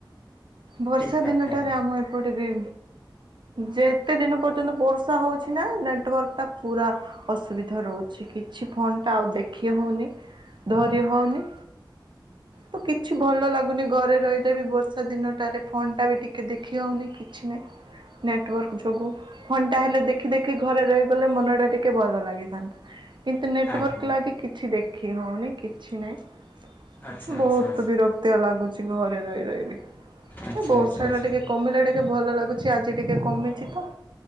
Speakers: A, on the right (about 70°); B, on the left (about 20°).
A: ବର୍ଷା
B: ଠିକ୍ ଠାକ୍
A: ଦିନଟାରେ
B: ଥାଏ।
A: ଆମ ଏପଟେ ବି ଯେ ଏତେ ଦିନ ପର୍ଯ୍ୟନ୍ତ ବର୍ଷା ହୋଉଛି ନା ନେଟୱାର୍କଟା ପୁରା ଅସୁବିଧା ରହୁଛି କିଛି ଫୋନ୍ ଟା ଆଉ ଦେଖି ହୋଉନି ଧରି ହୋଉନି। ତ କିଛି ଭଲ ଲାଗୁନି ଘରେ ରହିଲେ ବି ବର୍ଷା ଦିନ। ଟାରେ ଫୋନ୍ ଟା ବି ଟିକେ ଦେଖି ହଉନି କିଛି ନାହିଁ ନେଟୱାର୍କ ଯୋଗୁ। ଫଣ୍ଡା ହେଲେ ଦେଖି ଦେଖି ଘରେ ରହିଗଲେ ମନ ଟା ଟିକେ ଭଲ ଲାଗିଥାନ୍ତା। କିନ୍ତୁ ନେଟୱାର୍କ
B: ଆଜ୍ଞା
A: ଲାଗି କିଛି ଦେଖି ହୋଉନି କିଛି ନାହିଁ
B: ଆଚ୍ଛା ଆଚ୍ଛା
A: ବହୁତ
B: ଆଚ୍ଛା।
A: ବିରକ୍ ତ ଲାଗୁଛି ଘରେ ରହି ରହିବି ଏ
B: ଆଚ୍ଛା
A: ବର୍ଷା
B: ଆଚ୍ଛା ଆଚ୍ଛା
A: ଟା ଟିକେ କମିଲା ଟିକେ ଟିକେ ଭଲ ଲାଗୁଛି ଆଜି ଟିକେ କମିଛି ତ